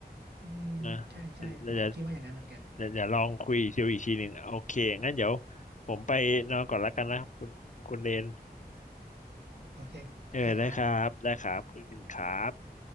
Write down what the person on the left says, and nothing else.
นะเดี๋ยวเดี๋ยวเดี๋ยวลองคุยดูอีกทีหนึ่งโอเคงั้นเดี๋ยวผมไปนอนก่อนแล้วกันนะคุณคุณเรน
เออได้ครับได้ครับคุณครับ